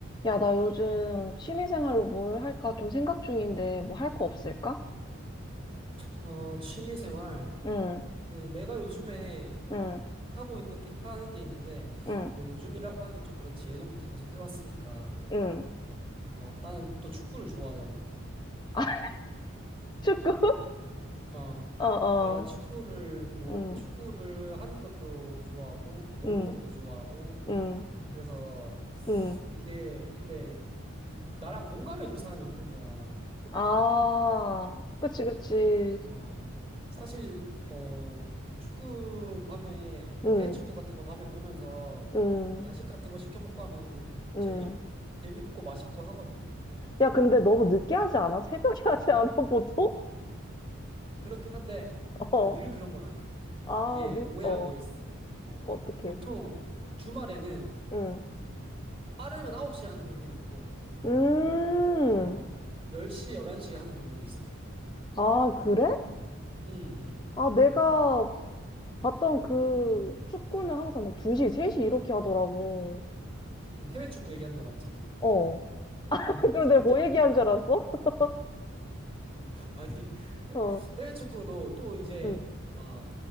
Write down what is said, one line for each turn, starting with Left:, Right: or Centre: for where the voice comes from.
Left: 야, 나 요즘 취미생활로 뭘 할까 좀 생각 중인데, 뭐 할 거 없을까?
Right: 어, 취미 생활.
Left: 응,
Right: 그, 내가 요즘에
Left: 응,
Right: 하고 있는 게, 하는 게 있는데,
Left: 응,
Right: 뭐 요즘이라고 하긴 좀 그렇지. 예전부터 계속 해왔으니까.
Left: 응.
Right: 어, 나는 또 축구를 좋아하잖아.
Left: <laughs> 축구?
Right: 어,
Left: 어, 어,
Right: 내가 축구를 보,
Left: 응,
Right: 축구를 하는 것도 좋아하고, 보는
Left: 응,
Right: 것도 좋아하고,
Left: 응,
Right: 그래서
Left: 응.
Right: 이게, 근데, 이- 나랑 공감해줄 사람이 없는 거야.
Left: 아,
Right: 어,
Left: 그치, 그치.
Right: 어, 사실, 어, 축구 밤에, 뭐
Left: 응,
Right: 해외 축구 같은 거 밤에 보면서
Left: 응,
Right: 야식 같은 거 시켜 먹고 하면은
Left: 응.
Right: 재밌, 재밌고 맛있고 하거든?
Left: 야, 근데 너무 늦게 하지 않아? 새벽에 <laughs> 하지 않아, 보통?
Right: 그렇긴 한데,
Left: 어,
Right: 근데 늘 그런 건 아니야.
Left: 아,
Right: 이게
Left: 밀,
Right: 오해하고
Left: 어,
Right: 있어. 어,
Left: 어떡해.
Right: 보통 주말에는
Left: 응,
Right: 빠르면 9시에 하는 경기도 있고,
Left: 음,
Right: 어, 10시, 11시에 하는 경기도 있어.
Left: 아, 그래?
Right: 응, 응.
Left: 아, 내가 봤던 그 축구는 항상 막 2시, 3시 이렇게 하더라고.
Right: 응, 해외 축구 얘기하는 거 맞지?
Left: 어. <laughs>
Right: 응,
Left: 그럼
Right: 맞아,
Left: 내가
Right: 맞아.
Left: 뭐 얘기한 줄 알았어? <laughs>
Right: 아니, <laughs>
Left: 어.
Right: 해외 축구도 또 이제
Left: 응,
Right: 막